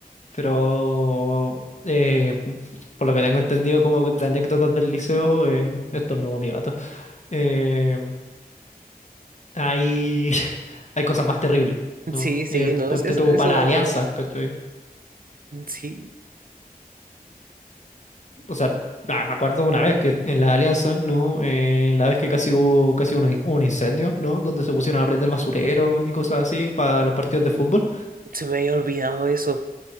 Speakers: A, on the left; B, on the right.
A: pero eh, por lo que tengo entendido como de anécdotas del liceo, eh, estornudó mi gato, eh, hay, <laughs> hay cosas más terribles, ¿no?
B: Sí, sí,
A: Eh,
B: no,
A: pues
B: es- eso,
A: te tuvo
B: eso,
A: para la alianza, ¿cachai?
B: sí,
A: O sea, ah, me acuerdo una vez que en la Alianza, ¿no? Eh, la vez que casi hubo casi un, in- un incendio, ¿no? Donde se pusieron a prender basureros y cosas así para los partidos de fútbol.
B: se me había olvidado eso,